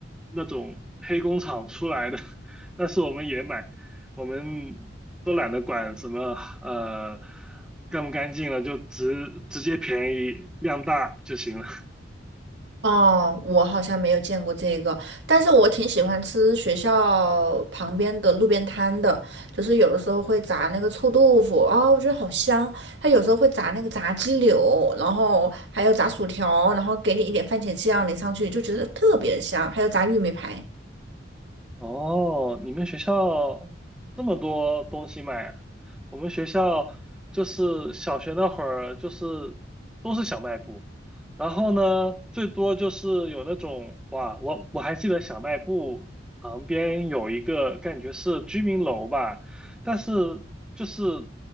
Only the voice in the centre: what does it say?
那种黑工厂出来的，<laughs> 但是我们也买。我们都懒得管什么呃干不干净了，就直直接便宜量大就行了。
哦，你们学校这么多东西卖啊？我们学校就是小学那会儿，就是都是小卖部，然后呢，最多就是有那种哇，我我还记得小卖部旁边有一个感觉是居民楼吧，但是就是